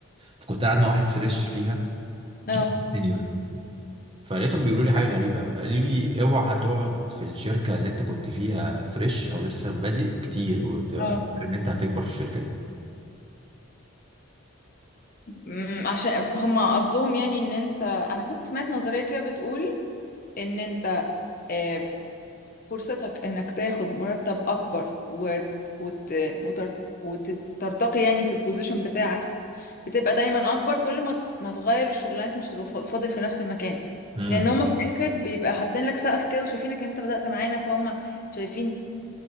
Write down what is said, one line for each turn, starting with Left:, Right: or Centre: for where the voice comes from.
Right: فكنت قاعد مع واحد فريش فيها
Left: اه
Right: سينيور فلقيتهم بيقولوا لي حاجه غريبه قوي قالوا لي اوعى تقعد في الشركه اللي انت كنت فيها فريش او لسه بادئ كتير وتبقى
Left: اه
Right: فاكر ان انت هتكبر في الشركه دي
Left: أمم، عشان هما قصدهم يعني ان انت انا كنت سمعت نظريه كده بتقول ان انت آه، فرصتك انك تاخد مرتب اكبر وت... وت... وتر... وترتقي يعني في البوزيشن بتاعك بتبقى دايما اكبر كل ما ما تغير الشغلانات مش تبقى فا- فاضل في نفس المكان
Right: امم
Left: لان هم في الاخر بيبقى حاطين لك سقف كده وشايفينك ان انت بدأت معانا فهم شايفين